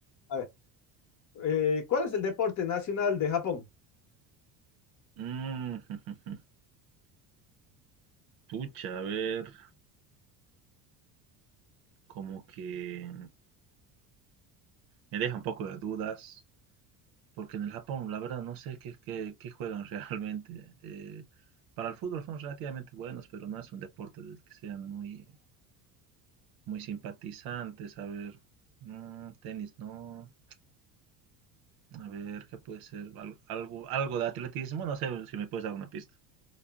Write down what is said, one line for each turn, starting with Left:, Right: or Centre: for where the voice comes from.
Left: A ver, eh, ¿cuál es el deporte nacional de Japón?
Right: Mm, <laughs> Pucha, a ver, como que me deja un poco de dudas, porque en el Japón, la verdad, no sé qué, qué, qué juegan <laughs> realmente. Eh, para el fútbol son relativamente buenos, pero no es un deporte del que sean muy, muy simpatizantes. A ver, mm, tenis, no. A ver, ¿qué puede ser? Al- algo, algo de atletismo, no sé si me puedes dar una pista.